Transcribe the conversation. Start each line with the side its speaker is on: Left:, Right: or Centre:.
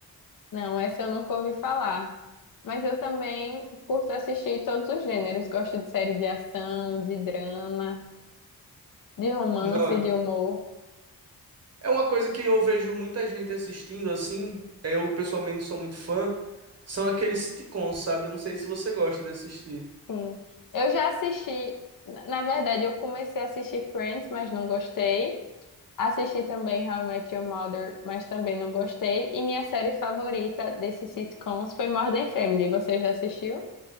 Left: Não, essa eu nunca ouvi falar. Mas eu também curto assistir todos os gêneros. Gosto de série de ação, de drama, de romance,
Right: Não, é.
Left: de humor.
Right: É uma coisa que eu vejo muita gente assistindo assim, eu pessoalmente não sou muito fã, são aqueles sitcoms, sabe? Eu não sei se você gosta de assistir.
Left: Sim. Eu já assisti, na na verdade, eu comecei a assistir Friends, mas não gostei. Assisti também How I Met Your Mother, mas também não gostei. E minha série favorita desses sitcoms foi Modern Family. Você já assistiu?